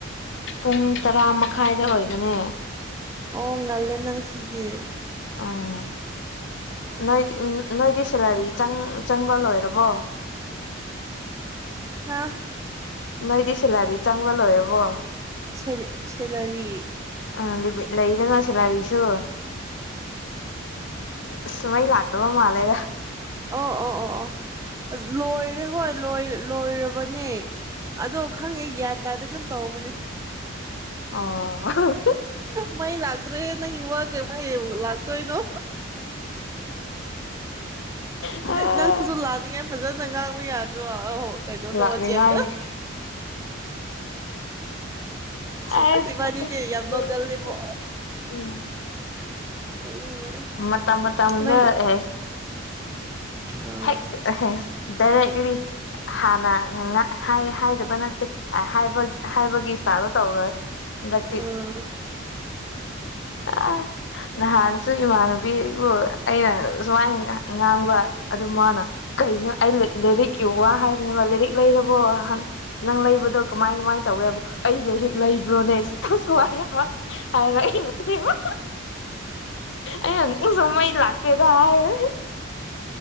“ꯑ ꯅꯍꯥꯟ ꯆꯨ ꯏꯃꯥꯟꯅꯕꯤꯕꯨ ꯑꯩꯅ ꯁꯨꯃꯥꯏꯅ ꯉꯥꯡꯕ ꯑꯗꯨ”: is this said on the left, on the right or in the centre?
Left